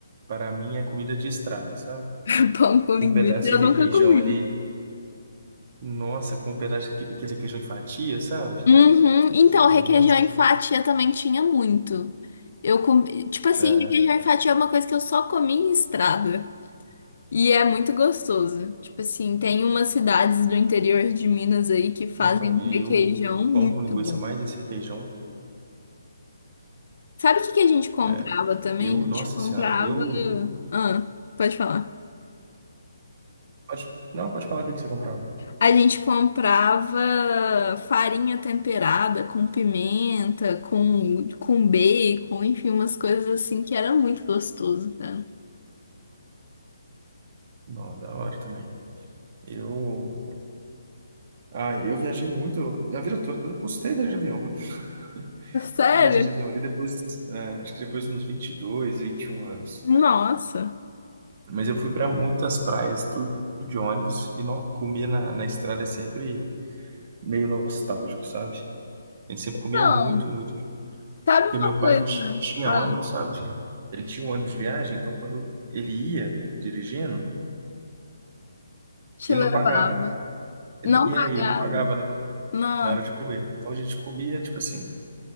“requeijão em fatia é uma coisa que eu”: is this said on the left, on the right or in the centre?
Left